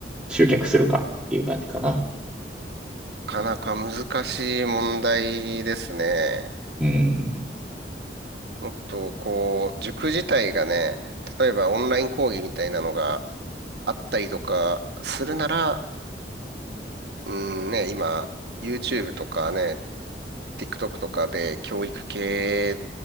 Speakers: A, in the centre; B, on the right.
A: 集客するかっていう感じかな。
B: かなか難しい問題ですね。
A: うん、
B: もっとこう、塾自体がね、例えばオンライン講義みたいなのがあったりとかするなら、うんね、今、YouTube とかね、TikTok とかで教育系